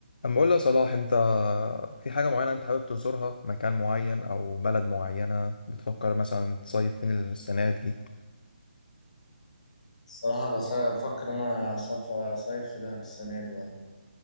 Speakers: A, on the left; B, on the left.
A: اما اقول لك صلاح انت في حاجة معينة انت حابب تزورها مكان معين او بلد معينة بتفكر مثلا تصيف فين السنة دي
B: الصراحة بس- بفكر أنا أصف- أصيف في دهب السنة دي يعني